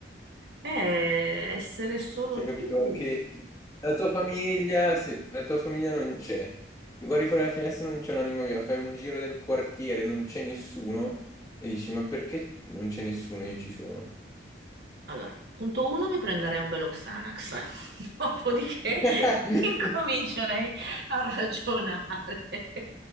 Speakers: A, on the right (about 60°); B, on the left (about 20°).
A: Eh, essere solo
B: Cioè, capito?
A: tu.
B: Anche la tua famiglia, sì, la tua famiglia non c'è. Guardi fuori dalla finestra, non c'è un'anima viva. Fai un giro del quartiere, non c'è nessuno. E dici, ma perché non c'è nessuno? Io ci sono.
A: Allora, punto uno, mi prenderei un bello Xanax, <laughs> dopodiché
B: <laughs>
A: incomincerei a ragionare. <laughs>